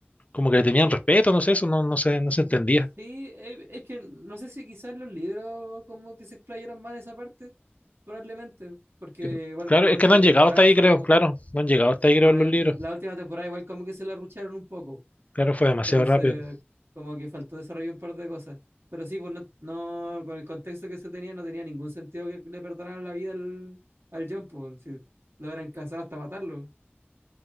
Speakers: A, on the left (about 35°); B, on the right (about 70°).
A: como que le tenían respeto, no sé, eso no, no se, no se entendía.
B: Sí, eh, es que no sé si quizás los libros como que se explayaron mal esa parte, probablemente, porque
A: Que-
B: igual
A: Claro,
B: bueno, la
A: es
B: última
A: que no han
B: temporada
A: llegado hasta ahí,
B: fue
A: creo,
B: como,
A: claro, no han llegado hasta ahí, creo,
B: ah,
A: en los
B: ya,
A: libros.
B: la, la última temporada igual como que se la rucharon un poco.
A: Claro, fue demasiado
B: Entonces,
A: rápido.
B: como que faltó desarrollar un par de cosas. Pero sí, pues no, no- con el contexto que se tenía, no tenía ningún sentido que le perdonaran la vida al, al John, pues, si lo eran casados hasta matarlo.